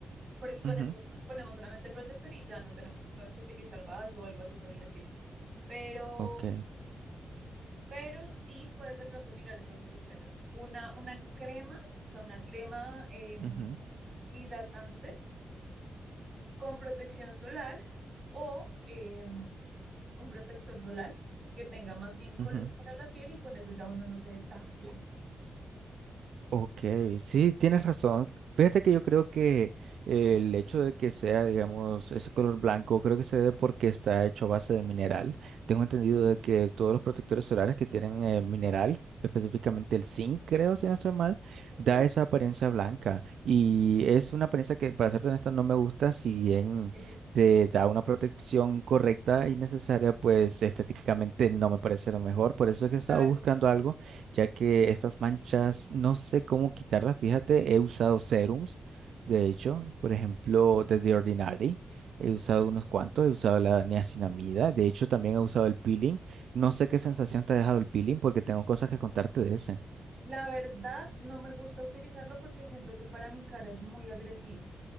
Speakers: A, on the right; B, on the right.
A: porque con
B: ujú,
A: eso nos ponemos solamente el protector y ya no tenemos como que utilizar base o algo así por el estilo. Pero,
B: Ok.
A: pero sí puedes de pronto mirar esas dos opciones. Una, una crema, o sea, una crema em,
B: ujú,
A: hidratante con protección solar o eh, un protector solar que tenga más bien color
B: ujú.
A: para la piel y con eso ya uno no se ve tan blanco.
B: Ok, sí, tienes razón. Fíjate que yo creo que eh, el hecho de que sea, digamos, ese color blanco, creo que se debe porque está hecho a base de mineral. Tengo entendido de que todos los protectores solares que tienen eh, mineral, específicamente el zinc, creo, si no estoy mal,
A: Ok.
B: da esa apariencia blanca. Y es una apariencia que, para serte honesta, no me gusta, si bien
A: <laughs>
B: te da una protección correcta y necesaria, pues estéticamente no me parece lo mejor. Por eso es que estaba
A: Claro.
B: buscando algo ya que estas manchas no sé cómo quitarlas. Fíjate, he usado serums, de hecho, por ejemplo, de The Ordinary, he usado unos cuantos, he usado la niacinamida, de hecho también he usado el peeling. No sé qué sensación te ha dejado el peeling porque tengo cosas que contarte de ese.
A: La verdad, no me gusta utilizarlo porque siento que para mi cara es muy agresivo.